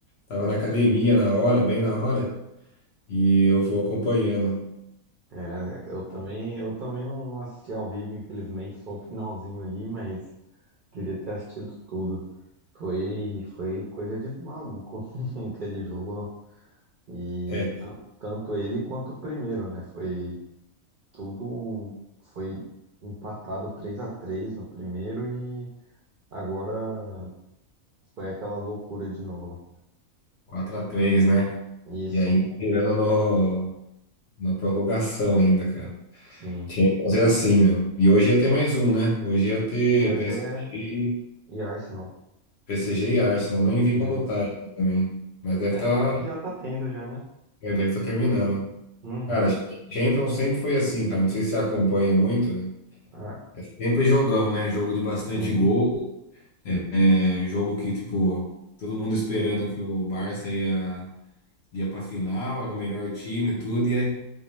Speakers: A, on the left (about 60°); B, on the right (about 65°).
A: Tava na academia na hora, bem na hora, e eu vou acompanhando.
B: É, eu também, eu também não assisti ao vivo, infelizmente, só o finalzinho ali, mas queria ter assistido tudo. Foi, foi coisa de maluco <laughs> aquele jogo. E
A: É,
B: tan- tanto ele quanto o primeiro, né? Foi tudo foi empatado 3 a 3 no primeiro e agora foi aquela loucura de novo.
A: quatro a três, né?
B: Isso,
A: e aí tá virando no, na prorrogação ainda, cara.
B: sim.
A: Tinha que fazer assim, meu. E hoje ia ter mais um, né? Hoje ia ter
B: E hoje
A: PSG,
B: é e Arsenal,
A: PSG e Arsenal. Nem vi
B: né?
A: como tá ainda também. Mas deve
B: É,
A: estar,
B: eu acho que já tá tendo já, né?
A: deve estar terminando.
B: Uhum.
A: Cara, Champions sempre foi assim, cara. Não sei se você acompanha muito. né?
B: Ah,
A: É Sempre jogão, né? Jogo de bastante
B: sim,
A: gol. É, é, jogo que, tipo, todo mundo esperando que o Barça ia, ia pra final, era o melhor time, e tudo, e aí